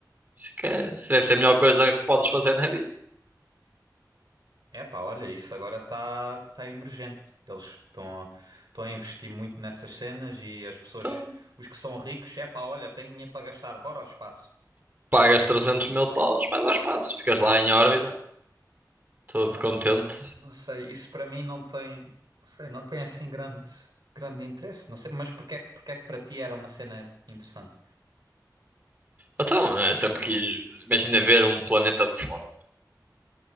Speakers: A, on the right; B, on the right.
A: isso, é que é- isso deve ser a melhor coisa que podes fazer na vida.
B: Epá, olha, isso agora está tá tá emergente. Eles estão a, estão a investir muito nessas cenas e as pessoas,
A: Então,
B: os que são ricos, epá, olha, tenho dinheiro para gastar, bora ao espaço.
A: Pagas 300 mil paus, vais ao espaço, ficas lá em órbita, todo
B: Epá,
A: contente.
B: não, não sei, isso para mim não tem, não sei, não tem assim grande, grande interesse, não sei, mas porque é, que- porque é que para ti era uma cena interessante?
A: Então, é sempre que imagina ver um planeta de fora, meu.